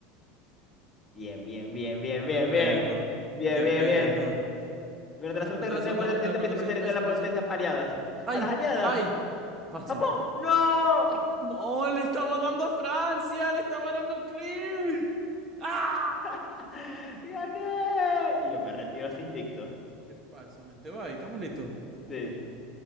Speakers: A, on the left; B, on the right.
A: bien, bien, bien, bien,
B: Qué
A: bien,
B: perro.
A: bien. Bien,
B: Qué
A: bien,
B: perro.
A: bien. Durante la Segunda
B: Durante
A: Guerra
B: la
A: Mundial,
B: Segunda
A: ¿cuál
B: Guerra
A: de los
B: Mundial,
A: siguientes
B: ¿cuál
A: países
B: de los
A: perteneció
B: siguientes países
A: a las
B: permaneció?
A: potencias aliadas?
B: ¡Ay!
A: ¿A las aliadas?
B: ¡Ay! Fácil.
A: ¡Japón! ¡No!
B: No, le estaba dando a Francia, le estaba dando el clic. ¡Ah!
A: <laughs> ¡Gané! Y yo me retiro así invicto.
B: Qué falsamente va, y estamos listos.
A: Sí,